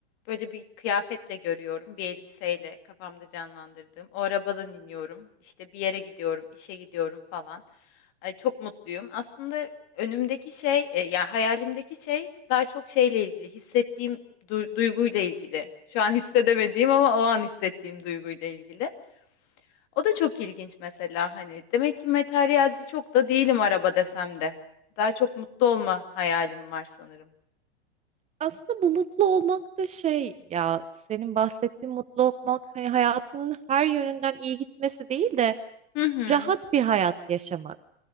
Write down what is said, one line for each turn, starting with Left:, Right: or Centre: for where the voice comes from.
Left: böyle bir kıyafetle görüyorum. Bir elbiseyle kafamda canlandırdığım. O arabadan iniyorum. İşte bir yere gidiyorum, işe gidiyorum falan. Ay, çok mutluyum. Aslında Önümdeki şey, e, yani hayalimdeki şey daha çok şeyle ilgili, hissettiğim du- duyguyla ilgili. Şu an <laughs> hissedemediğim ama o an hissettiğim duyguyla ilgili. O da çok ilginç mesela hani demek ki materyalci çok da değilim araba desem de. Daha çok mutlu olma hayalim var sanırım.
Right: Aslında bu mutlu olmak da şey ya senin bahsettiğin mutlu olmak hani hayatının her yönünden iyi gitmesi değil de
Left: Hı hı.
Right: rahat bir hayat yaşamak.